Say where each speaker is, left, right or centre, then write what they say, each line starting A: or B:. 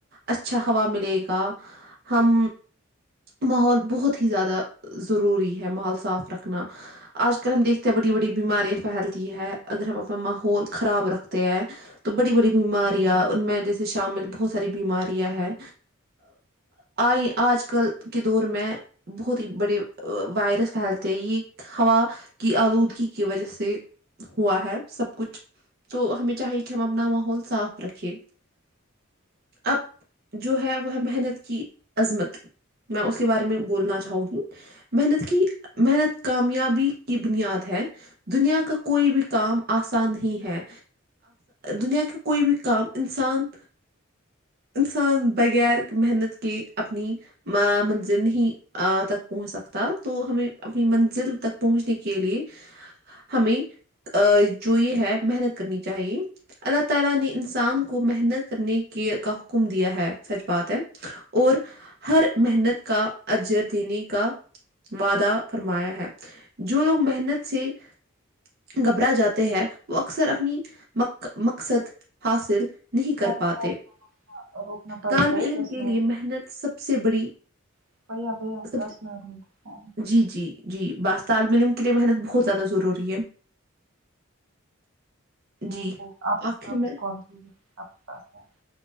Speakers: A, on the right; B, on the right.
A: اچھا ہوا ملے گا ہم ماحول بہت ہی زیادہ ضروری ہے ماحول صاف رکھنا آج کل ہم دیکھتے ہیں بڑی بڑی بیماریاں پھیلتی ہے اگر ہم اپنا ماحول خراب رکھ تو بڑی بڑی بیماریاں ان میں جیسے شام میں بہت ساری بیماریاں ہے آج کل کے دور میں بہت ہی بڑے وائرس پھیلتے ہیں یہ ہوا کی آلودگی کی وجہ سے ہوا ہے سب کچھ تو ہمیں چاہیے کہ ہم اپنا ماحول صاف رکھے اب جو ہے وہ ہے محنت کی عظمت میں اس کے بارے میں بولنا چاہوں گی محنت کی محنت کامیابی کی بنیاد ہے دنیا کا کوئی بھی کام آسان نہیں ہے دنیا کا کوئی بھی کام انسان انسان بغیر محنت کے اپنی منزل نہیں تک پہنچ سکتا تو ہمیں اپنی منزل تک پہنچنے کے لیے ہمیں جو یہ ہے محنت <inaudible> اپنی م مقصد حاصل نہیں کر
B: سوری
A: پاتے
B: میں اپنا روکنا پڑ
A: طالب
B: رہا ہے،
A: علم
B: دس
A: کے
B: منٹ
A: لیے محنت
B: ہو چکے
A: سب سے بڑی
B: ہیں۔ بھیا بھیا،
A: سب
B: دس منٹ ہو چکے ہیں،
A: جی جی جی بات تالمی علم کے لیے محنت بہت زیادہ ضروری ہے جی
B: آپ کو آپس
A: آخر
B: واپس
A: میں
B: کال کیجیے آپ کے پاس ہے۔